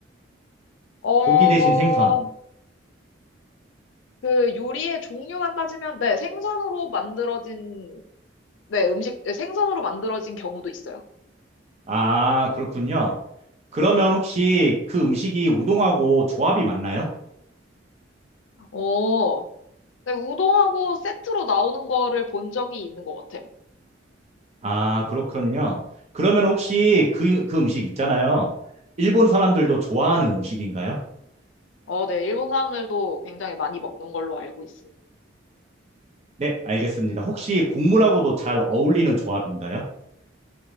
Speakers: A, on the left (about 80°); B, on the right (about 35°).
A: 어,
B: 고기 대신 생선.
A: 그 요리의 종류만 따지면, 네, 생선으로 만들어진, 네, 음식, 네, 생선으로 만들어진 경우도 있어요.
B: 아, 그렇군요. 그러면 혹시 그 음식이 우동하고 조합이 맞나요?
A: 어, 네, 우동하고 세트로 나오는 거를 본 적이 있는 것 같아요.
B: 아, 그렇군요. 그러면 혹시 그, 그 음식 있잖아요. 일본 사람들도 좋아하는 음식인가요?
A: 어, 네, 일본 사람들도 굉장히 많이 먹는 걸로 알고 있습니다.
B: 네, 알겠습니다. 혹시 국물하고도 잘 어울리는 조합인가요?